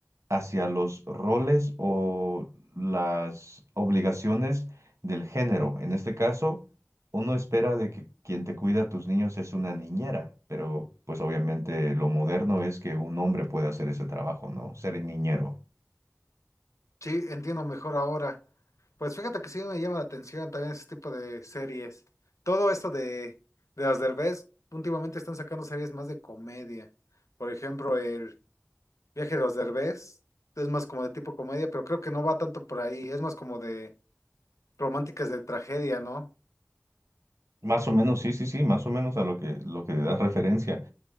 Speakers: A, on the right; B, on the left.
A: hacia los roles o las obligaciones del género. En este caso, uno espera de que quien te cuida a tus niños es una niñera, pero pues obviamente lo moderno es que un hombre puede hacer ese trabajo, ¿no? Ser niñero.
B: Sí, entiendo mejor ahora. Pues fíjate que sí me llama la atención también ese tipo de series. Todo esto de, de los Derbez, últimamente están sacando series más de comedia. Por ejemplo, el viaje de los Derbez es más como de tipo comedia, pero creo que no va tanto por ahí. Es más como de románticas de tragedia, ¿no?
A: Más o menos, sí, sí, sí, más o menos a lo que, lo que das referencia.